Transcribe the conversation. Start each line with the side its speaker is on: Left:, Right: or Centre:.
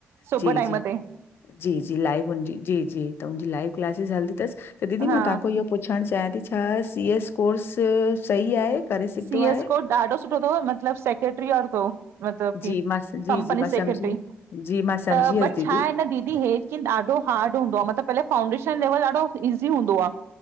Right: सुबुह
Left: जी
Right: टाइम
Left: जी
Right: ते
Left: जी, जी लाइव हुनजी जी, जी त हुनजी लाइव क्लासेिस हलदी अथसि त दीदी
Right: हा
Left: मां तव्हांखो इहो पुछणु चाहियां थी छा सी एस कोर्स सही आहे? करे सघंदो
Right: सीएस
Left: आहे
Right: कोर्स ॾाढो सुठो अथव मतलबु सेक्रेटरी वारो तव। मतलब की
Left: जी मां स जी
Right: कंपनी
Left: जी मां
Right: सेक्रेटरी
Left: सम्झी वियमि जी मां सम्झी
Right: त
Left: वियसि
Right: बट
Left: दीदी
Right: छा आहे न दीदी हे लेकिन ॾाडो हार्ड हूंदो आ मतलब पहले फाउंडेशन लेवल ॾाढो ईज़ी हूदो आ।